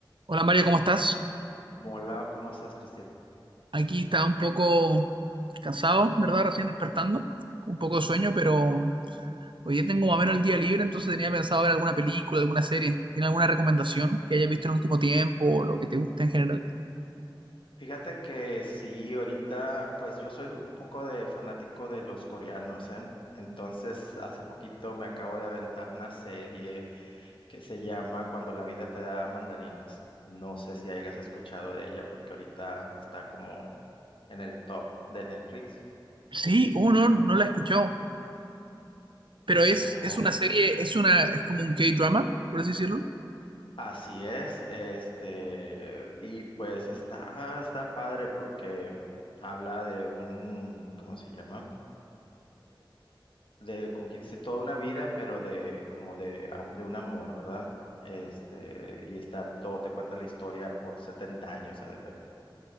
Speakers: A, on the right; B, on the left.
A: Hola Mario, ¿cómo estás?
B: Hola, ¿cómo estás, Cristian?
A: Aquí está un poco cansado, ¿verdad? Recién despertando, con un poco de sueño, pero hoy día tengo más o menos el día libre, entonces tenía pensado ver alguna película, alguna serie. ¿Tiene alguna recomendación que hayas visto en el último tiempo o lo que te guste en general?
B: Fíjate que sí, ahorita, pues yo soy un poco de fanático de los coreanos, ¿eh? Entonces, hace poquito me acabo de aventar una serie que se llama Cuando la vida te da mandarinas. No sé si hayas escuchado de ella porque ahorita está como en el top de Netflix.
A: Sí, oh, no, no la he escuchado, pero es,
B: Ujú.
A: es una serie, es una, es como un K-drama, por así decirlo.
B: Así es, este, y pues está, está padre porque habla de un, ¿cómo se llama? de, como que dice, toda una vida, pero de, como de, a- de un amor, ¿verdad? Este, y está todo, te cuenta la historia por 70 años, haz de cuenta.